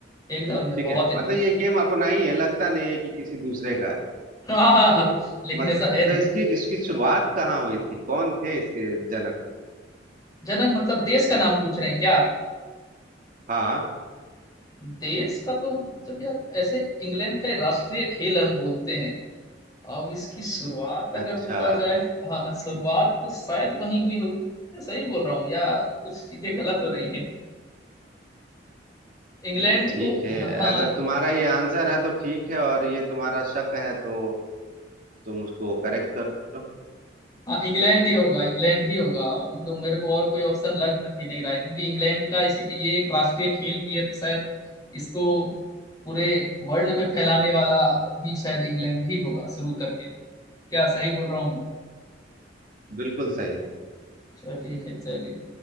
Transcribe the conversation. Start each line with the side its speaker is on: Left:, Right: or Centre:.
Left: एकदम भैया
Right: ठीक
Left: बहुत
Right: है
Left: इंटरेस्ट
Right: मतलब ये
Left: है
Right: गेम अपना ही है लगता नहीं है कि किसी दूसरे का है।
Left: <laughs> हाँ,
Right: तो
Left: लेकिन
Right: मतलब
Left: ऐसा है नहीं
Right: इसकी इसकी शुरुआत कहाँ हुई थी कौन थे इसके जनक
Left: जनक मतलब देश का नाम पूछ रहे हैं क्या आप
Right: हाँ
Left: देश का तो जब यार ऐसे इंग्लैंड का ये राष्ट्रीय खेल हम बोलते हैं अब इसकी शुरुआत
Right: अच्छा
Left: अगर बोला जाए हाँ शुरुआत तो शायद वहीं हुई होगी मैं सही बोल रहा हूँ या कुछ चीजें गलत हो रही हैं इंग्लैंड
Right: नहीं ठीक
Left: को
Right: है
Left: हाँ
Right: अगर तुम्हारा ये आंसर है तो ठीक है और ये तुम्हारा शक है तो तुम उसको करेक्ट करो
Left: हाँ इंग्लैंड ही होगा इंग्लैंड ही होगा अभी तो मेरे को और कोई ऑप्शन लग नहीं, नहीं रहा है क्योंकि इंग्लैंड का इसी ये एक राष्ट्रीय खेल भी है तो शायद इसको पूरे वर्ल्ड में फैलाने वाला भी शायद इंग्लैंड ही होगा शुरू करके क्या सही बोल रहा हूँ
Right: बिल्कुल सही
Left: चलिए चलिए